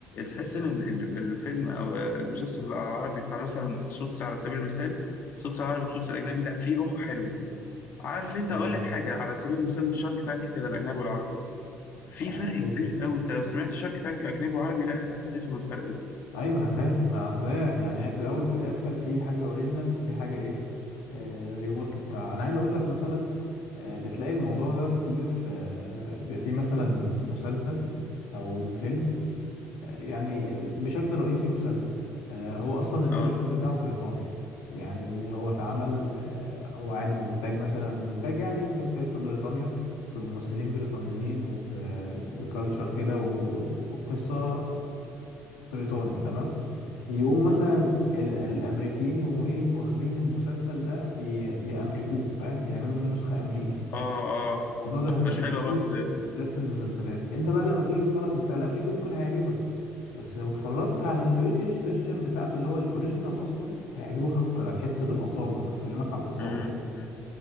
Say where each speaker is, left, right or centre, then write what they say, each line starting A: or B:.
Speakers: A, on the left (about 60°); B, on the left (about 85°).
A: تحس ان ال- ال- الفيلم او المسلسل العربي بتاع مثلا سوتس على سبيل المثال سوتس العربي وسوتس الاجنبي لا في روح حلوه عارف انت
B: اوكي
A: اقول لك حاجه على سبيل المثال شارك تانك كده الاجنبي والعربي في
B: اوكي
A: فرق كبير قوي انت لو سمعت شارك تانك اجنبي وعربي لا هت- هتفهم الفرق ده
B: ايوه انا فاهم ما اصل هي يعني هي في الاول وفي الاخر في حاجه اوريجينال وفي حاجه ايه ريورك بتاع انا عايز اقول لك مثلا آه، بتلاقي الموضوع ده كتير في بيبقى في مثلا مسلسل او فيلم آه، يعني بشكل رئيسي مسلسل آه، هو اصلا الاوريجينال
A: اه
B: بتاعه بريطاني يعني هو اتعمل آه، هو عادي من انتاج مثلا من انتاج يعني في في- في بريطانيا بممثلين بريطانيين وبكالتشر كده و- وقصه بريطاني تمام يقوموا
A: مم.
B: مثلا ال- الامريكيين يقوموا ايه واخدين المسلسل ده ي- يامركوه فاهم يعملوا منه نسخه امريكي
A: اه اه
B: الموضوع ده هتلاقيه
A: مش حلوه
B: كتير
A: برضه زي ال-
B: بالذات في المسلسلات انت بقى لما تيجي تتفرج انت الامريكي ممكن هيعجبك بس لو اتفرجت على البريتش فيرجن بتاعته اللي هو الاوريجينال اصلا هيعجبك اكتر هتحس بالاصاله انا بكلمك على الاصاله
A: مم. مم.